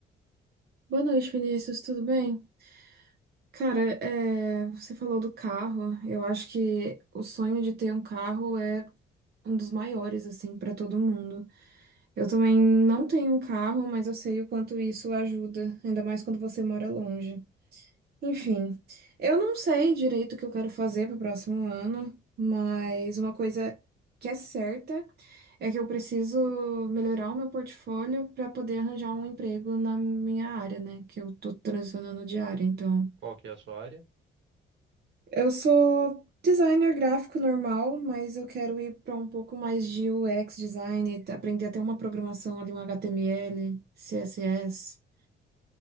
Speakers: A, on the right; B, on the right.
A: Boa noite, Vinícius, tudo bem? Cara, é, você falou do carro. Eu acho que o sonho de ter um carro é um dos maiores, assim, para todo mundo. Eu também não tenho um carro, mas eu sei o quanto isso ajuda, ainda mais quando você mora longe. Enfim, eu não sei direito o que eu quero fazer pro próximo ano, mas uma coisa que é certa é que eu preciso melhorar o meu portfólio para poder arranjar um emprego na minha área, né? Que eu tô transicionando de área, então.
B: Qual que é a sua área?
A: Eu sou designer gráfico normal, mas eu quero ir para um pouco mais de UX design, aprender até uma programação ali, um HTML, CSS.